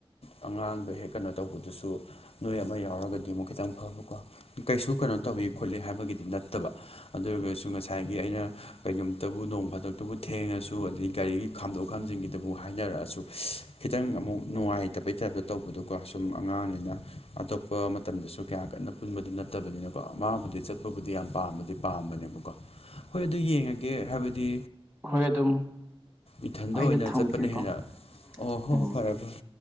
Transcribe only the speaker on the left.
ꯑꯉꯥꯡꯗ ꯍꯦꯛ ꯀꯩꯅꯣ ꯇꯧꯕꯗꯨꯁꯨ ꯅꯣꯏ ꯑꯃ ꯌꯥꯎꯔꯒꯗꯤ ꯑꯃꯨꯛ ꯈꯤꯇꯪ ꯐꯕꯀꯣ ꯀꯩꯁꯨ ꯀꯩꯅꯣ ꯇꯧꯏ ꯈꯣꯠꯂꯤ ꯍꯥꯏꯕꯒꯤꯗꯤ ꯅꯠꯇꯕ ꯑꯗꯨ ꯑꯣꯏꯔꯒꯁꯨ ꯉꯁꯥꯏꯒꯤ ꯑꯩꯅ ꯀꯩꯒꯨꯝꯝꯇꯕꯨ ꯅꯣꯡ ꯐꯗꯛꯇꯕꯨ ꯊꯦꯡꯉꯁꯨ ꯑꯗꯗꯒꯤ ꯒꯥꯔꯤꯒꯤ ꯈꯥꯝꯗꯣꯛ ꯈꯥ ꯁꯤꯡꯒꯤꯗꯕꯨ ꯍꯥꯏꯅꯔꯛꯑꯁꯨ ꯈꯤꯇꯪ ꯑꯃꯨꯛ ꯅꯨꯡꯉꯥꯏꯇꯕꯩꯇꯞꯇ ꯇꯧꯕꯗꯨꯀꯣ ꯁꯨꯝ ꯑꯉꯥꯡꯅꯤꯅ ꯑꯇꯣꯞꯄ ꯃꯇꯝꯗꯁꯨ ꯀꯌꯥ ꯀꯟꯅ ꯄꯨꯟꯕꯗꯤ ꯅꯠꯇꯕꯅꯤꯅꯀꯣ ꯑꯃꯥꯡꯕꯨꯗꯤ ꯆꯠꯄꯕꯨꯗꯤ ꯌꯥꯝ ꯄꯥꯝꯕꯗꯤ ꯄꯥꯝꯕꯅꯤ ꯀꯣ ꯍꯣꯏ ꯑꯗꯨ ꯌꯦꯡꯉꯒꯦ ꯍꯥꯏꯕꯗꯤ
ꯏꯊꯟꯗ
ꯑꯣꯏꯅ
ꯆꯠꯄꯅ ꯍꯦꯟꯅ ꯑꯣ ꯍꯣ
ꯍꯣ ꯐꯔꯦ ꯐꯔꯦ